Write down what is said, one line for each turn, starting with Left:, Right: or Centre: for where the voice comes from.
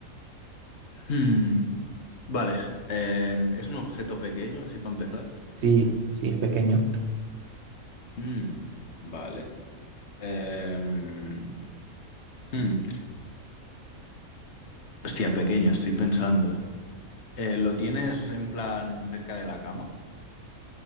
Left: Mm, vale. Em, ¿es un objeto pequeño, así para empezar?
Right: Sí, sí, es pequeño.
Left: Mm, vale. Em, mm, hostia, pequeño, estoy pensando, ¿eh? Eh, ¿lo tienes en plan cerca de la cama?